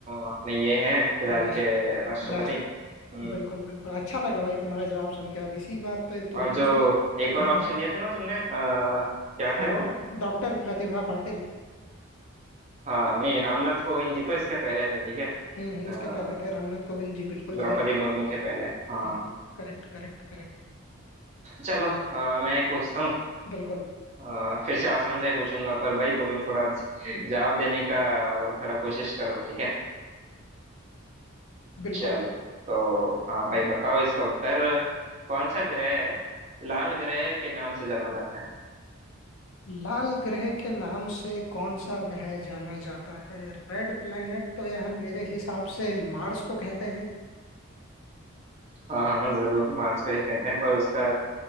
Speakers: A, on the right (about 30°); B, on the left (about 75°).
A: अपने ये हैं फिलहाल
B: राष्ट्रपति
A: के राष्ट्रपति
B: राष्ट्र
A: हम्म
B: बिल्कुल बिल्कुल अच्छा लगा भाई तुम्हारा जवाब सुन के अब इसी बात पे तुम
A: और
B: मुझसे
A: जो एक और
B: हाँ
A: ऑप्शन
B: हाँ
A: दिए थे ना तुमने अ, क्या
B: हाँ
A: थे वो
B: हाँ डॉक्टर प्रतिभा पाटिल
A: हाँ नहीं रामनाथ कोविंद जी तो इसके पहले थे ठीक है
B: हम्म हम्म,
A: अ,
B: इसके पहले थे रामनाथ कोविंद जी बिल्कुल सही
A: द्रौपदी मुर्मू के पहले हाँ
B: हम्म हम्म, करेक्ट करेक्ट करेक्ट
A: चलो अ, मैं एक पूछता हूँ
B: बिल्कुल
A: अ, फिर से आसान से ही पूछूंगा पर भाई तुम थोड़ा ज- जवाब देने का वो थोड़ा कोशिश करो ठीक है
B: बिल्कुल
A: चलो तो हाँ भाई बताओ इसका उत्तर कौन सा ग्रह है लाल ग्रह के नाम से जाना जाता है
B: लाल ग्रह के नाम से कौन सा ग्रह जाना जाता है रेड प्लेनेट तो यार मेरे हिसाब से मार्स को कहते हैं
A: हाँ हाँ हाँ, जरूर मार्स को ही कहते हैं पर उसका